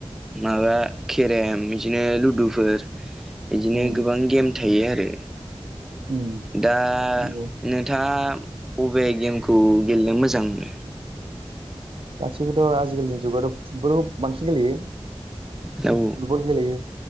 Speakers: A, in the centre; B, on the right.
A: माबा केरेम बिदिनो लुदुफोर बिदिनो
B: उम
A: गोबां गेम थायो आरो
B: उम
A: दा
B: नंगौ
A: नोंथाङा बबे गेमखौ गेलेनो मोजां मोनो।
B: गासिबोथ' आजिखालिनि जुगावाथ' फुटबल खौ बांसिन गेलेयो।
A: औ
B: फुटबल गेलेयो